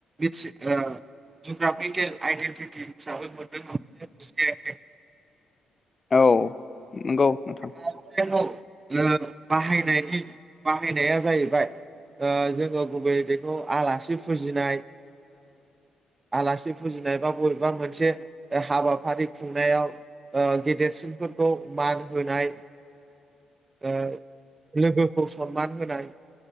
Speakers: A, on the right (about 25°); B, on the left (about 30°).
A: ओ जुग्राफिकेल आइडेन्टिटि हिसाबै मोनदों ज
B: औ नंगौ नोंथां
A: आर'नाइखौ बाहायनायनि बाहायनाया जाहैबाय ओ जोङो गुबैयै बेखौ आलासि फुजिनाय आलासि फुजिनाय बा बबेबा मोनसे हाबाफारि खुंनायाव ओ गेदेरसिनफोरखौ मान होनाय ओ लोगोखौ सनमान होनाय